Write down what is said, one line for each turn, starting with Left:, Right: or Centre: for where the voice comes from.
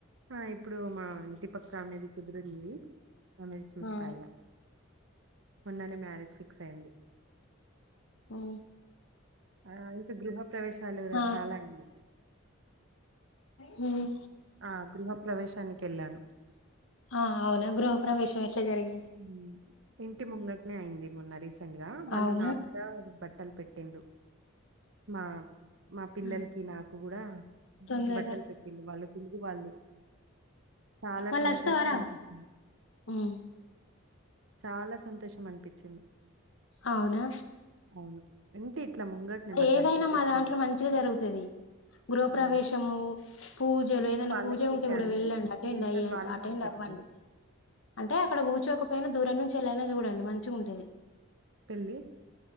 Right: ఆ ఇప్పుడు మా ఇంటి పక్క ఆ మీది కుదిరింది అమెథో చూస్తాయ
Left: ఆ
Right: ఇగా మోనేన్ మ్యారేజ్ ఫిక్స్ అయింది
Left: ఓ
Right: ఆ అంటా గృహ ప్రవేశాలు
Left: ఆ
Right: చాలా ఉన్నాయి
Left: హ్మ్
Right: ఆ గృహ ప్ర్రవేశానికి కెళ్ళాను
Left: ఆ అవునా గృహప్రవేశం ఎట్లా జరిగింది
Right: ఉమ్ ఇంటి ముంగట్ అయింది మోన్నా రీసెంట్ గా వాళ్ళు
Left: అవునా
Right: నాకు కూడా బ బట్టలు పెట్టింలు మా మా పిల్లలకి
Left: ఆ,
Right: నాకు కూడా
Left: తొందరగా
Right: బట్టలు పెట్టేళ్ళు వాళ్ళు తిరుగు వాళ్ళు చాలా
Left: మళ్లస్తవరా
Right: సంతోషం అనిపించింది.
Left: ఉమ్
Right: చాలా సంతోషం అం <unintelligible>
Left: అవునా
Right: అవును. ఉంటే ఇట్లా ముంగటనే మా
Left: ఏదైనా
Right: తలుపుకి
Left: మా
Right: ఎదురు
Left: దాంట్లో మంచిగా జరుగుతది. గృహ
Right: హ్మ్.
Left: ప్రవేశము పూజలు
Right: నేను
Left: ఏదైనా
Right: వాళ్ళకి
Left: పూజ
Right: పెట్టాను.
Left: ఉంటే కూడా వెళ్ళండి అటెండ్
Right: మళ్ళీ రిటర్న్
Left: అయ
Right: వాళ్ళు
Left: అటెండ్
Right: నాకు పెట్టిండ్రు.
Left: అవ్వండి. అంటే అక్కడ కూర్చోక పోయినా దూరం నుంచి వెళ్ళైనా చూడండి. మంచిగా ఉంటేది.
Right: పెళ్లి